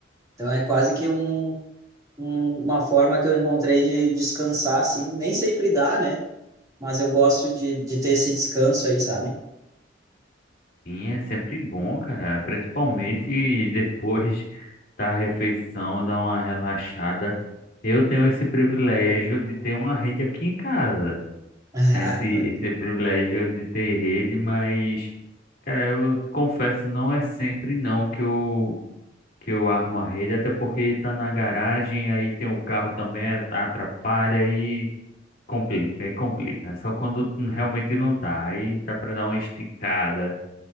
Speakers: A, on the right; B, on the left.
A: Então é quase que um, um- uma forma que eu encontrei de descansar, assim, nem sempre dá, né? Mas eu gosto de, de ter esse descanso aí, sabe? <laughs>
B: Sim, é sempre bom, cara. Principalmente depois <laughs> da refeição, dar uma relaxada. Eu tenho esse privilégio de ter uma rede aqui em casa.
A: Ah,
B: Tenho esse,
A: co-
B: esse privilégio de ter rede, mas, cara, eu confesso, não é sempre não que eu, que eu armo a rede, até porque tá na garagem, aí tem o carro também, atrapalha e complica, e complica. Só quando realmente não tá. Aí dá pra dar uma esticada.